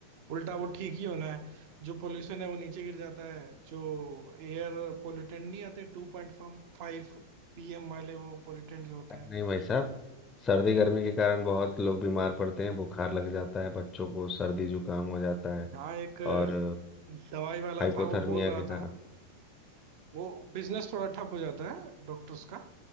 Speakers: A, on the right; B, on the left.
A: उल्टा वो ठीक ही होना है जो पोल्यूशन है वो नीचे गिर जाता है जो एयर पोल्यूटेंट नहीं आते two point five पीएम वाले वो पोल्यूटेंट जो होते
B: अरे
A: हैं
B: नहीं भाई साहब सर्दी गर्मी के कारण बहुत लोग बीमार पड़ते हैं बुखार लग जाता है बच्चों को सर्दी जुकाम हो जाता है
A: हाँ एक
B: और
A: दवाई वाला
B: हाइपोथर्मिया
A: था वो बोल रहा
B: के कारण
A: था वो बिजनेस थोड़ा ठप हो जाता है डॉक्टर्स का